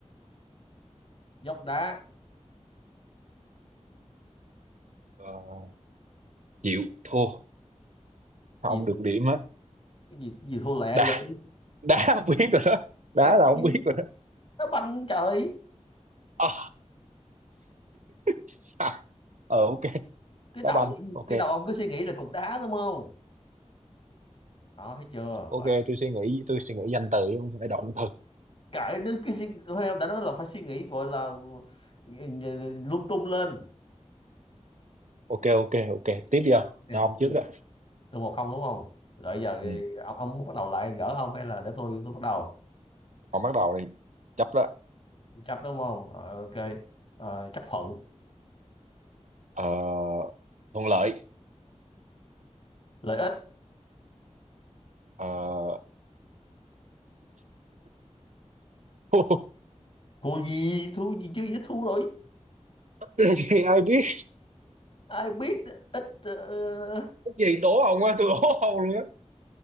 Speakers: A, on the left; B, on the right.
A: dốc đá
B: à, Chịu thua
A: gì
B: Sao Ông được
A: cái
B: điểm á
A: gì cái gì thua lẹ
B: Đá
A: vậy
B: Đá <laughs> không biết rồi đó Đá
A: đá
B: là
A: banh
B: không biết rồi đó
A: đá banh trời
B: Ờ, sao? Ờ, ok
A: cái đầu
B: đá banh ok
A: cái đầu ông cứ suy nghĩ là cục đá đúng không đó thấy chưa
B: ok tôi suy nghĩ tôi suy nghĩ danh từ chứ không phải động từ
A: cái cái, cái suy- thôi đã nói là phải suy nghĩ gọi là ừ, ừ, lung tung lên
B: ok ok ok tiếp đi không
A: Nè,
B: cho ông trước đó
A: tôi một không đúng không rồi giờ thì
B: Ừ.
A: ông ông muốn bắt đầu lại gỡ không hay là để tôi tôi bắt đầu
B: Con bắt đầu đi. Chấp đó.
A: chấp đúng không Ờ, ok Ờ, chấp thuận
B: Ờ, thuận lợi.
A: lợi ích
B: Ờ, <laughs>
A: thua gì thua gì chứ dễ thua rồi
B: Cái gì ai biết
A: ai biết ít uh,
B: cái gì đố ông á tôi đố ông luôn á